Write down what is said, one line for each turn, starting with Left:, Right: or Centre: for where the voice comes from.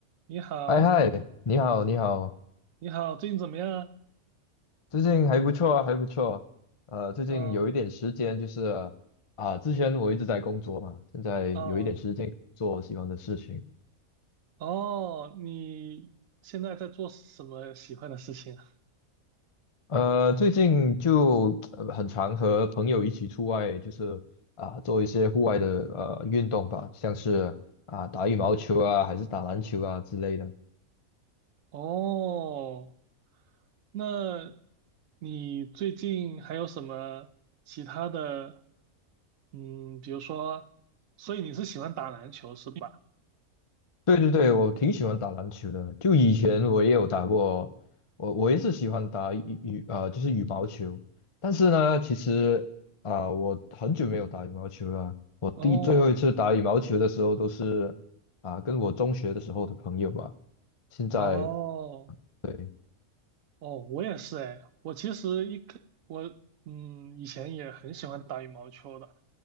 Right: 你好，
Left: 哎嗨，你好，你好，
Right: 你好，最近怎么样
Left: 最近还不错啊，还不错。呃，最近有一点时间，
Right: 呃
Left: 就是啊，之前我一直在工作嘛，现在有一点时间做我喜欢的事情。
Right: 啊？嗯嗯，哦，你现在在做什么喜欢的事情啊？
Left: 呃，最近就呃很常和朋友一起出外，就是啊做一些户外的呃运动吧，像是啊打羽毛球啊，还是打篮球啊之类的。
Right: 哦，那你最近还有什么其他的？嗯，比如说，所以你是喜欢打篮球是吧？
Left: 对对对，我挺喜欢打篮球的。就以前我也有打过，我我也是喜欢打羽羽呃，就是羽毛球。但是呢，其实啊、呃我很久没有打羽毛球了。我第最后一次打羽毛球的时候，
Right: 哦
Left: 都是啊、跟我中学的时候的朋友吧。现在
Right: 哦
Left: 对
Right: 哦，我也是哎，我其实一开我嗯以前也很喜欢打羽毛球的。